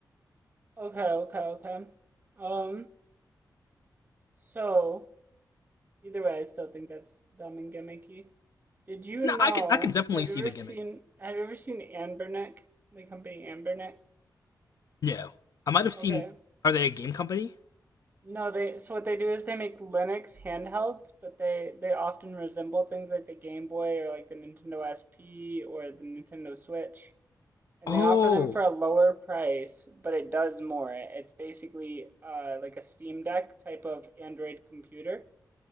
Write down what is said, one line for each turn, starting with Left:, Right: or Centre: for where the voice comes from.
Right: Okay, okay, okay. Um, so Either way, I still think that's dumb and gimmicky. Did you
Left: No,
Right: know?
Left: I can I can definitely
Right: Have
Left: see
Right: you ever
Left: the
Right: seen?
Left: gimmick.
Right: Have you ever seen Anbernic? The company Anbernic.
Left: No. I might have seen
Right: Okay.
Left: are they a game company?
Right: No, they. So what they do is they make Linux handhelds, but they they often resemble things like the Game Boy or like the Nintendo SP or the Nintendo Switch, and
Left: Oh,
Right: they offer them for a lower price, but it does more. It's basically uh like a Steam Deck type of Android computer.